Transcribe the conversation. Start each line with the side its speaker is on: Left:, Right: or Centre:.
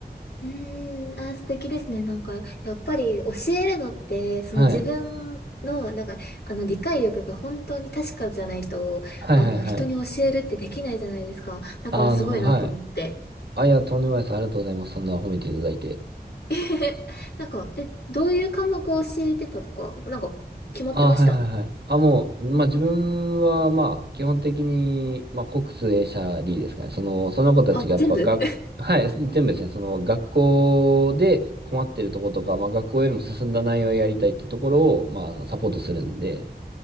Left: うーん、あー、素敵ですね。なんか、やっぱり教えるのって、その自分の、
Right: はい。
Left: なんか、あの、理解力が本当に確かじゃないと、
Right: はいはいはい。
Left: あの、人に教えるってできないじゃないですか。だからすごいなと思って。
Right: ああ、なるほど。はい。あ、いや、とんでもないです。ありがとうございます。そんな褒めていただいて。
Left: <laughs> なんか、え、どういう科目を教えてたとか、なんか、決まってました
Right: ああ、はいはいはい。あ、もう、まあ、自分は、まあ、基本的に、まあ、国数英社理ですかね。その、その子たちがやっぱ学、
Left: あ、全部
Right: <laughs> はい、全部ですね。その、学校で困ってるところとか、まあ、学校よりも進んだ内容をやりたいってところを、まあ、あの、サポートするんで、